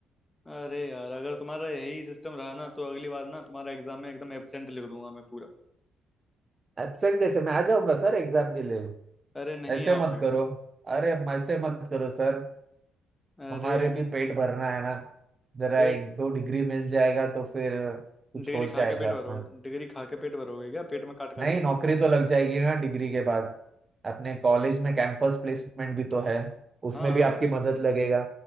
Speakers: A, on the left (about 15°); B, on the right (about 30°).
A: अरे यार अगर तुम्हारा यही सिस्टम रहा ना तो अगली बार ना तुम्हारा एग्जाम में एकदम एब्सेंट लिख दूंगा मैं पूरा
B: एब्सेंट कैसे मैं आ जाऊंगा सर एग्जाम के लिए
A: अरे नहीं
B: ऐसे
A: आओगे
B: मत करो अरे ऐसे मत करो सर
A: अरे
B: हमारे
A: यार
B: भी पेट भरना है ना जरा
A: पेट
B: एक दो डिग्री मिल जाएगा तो फिर कुछ
A: डिग्री
B: हो
A: खा
B: जाएगा
A: के पेट भरोगे
B: अपना
A: डिग्री खा के पेट भरोगे क्या पेट में काट काट
B: नहीं
A: के डाल
B: नौकरी
A: के
B: तो लग जाएगी ना डिग्री के बाद अपने कॉलेज में कैंपस प्लेसमेंट भी तो है उसमें
A: हाँ
B: भी आपकी मदद लगेगा